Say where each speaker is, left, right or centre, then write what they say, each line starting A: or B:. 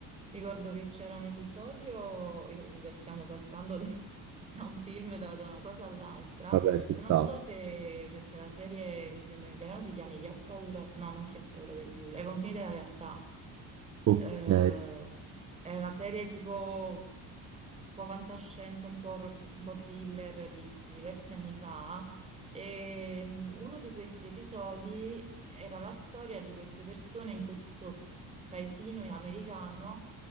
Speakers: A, on the right; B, on the right.
A: Ricordo che c'era un episodio, io- beh, stiamo saltando <laughs> da, da un film, da, da una cosa all'altra,
B: vabbè, ci
A: ma
B: sta.
A: non so se, sempre la serie, mi sembra in italiano, si chiami Chi ha paura, no, non Chi ha paura del buio, ai confini della realtà.
B: Ok.
A: Eh, è una serie tipo un po' fantascienza, un po' horror, un po' thriller di, di diversi anni fa. E mm, uno di questi episodi era la storia di queste persone in questo paesino americano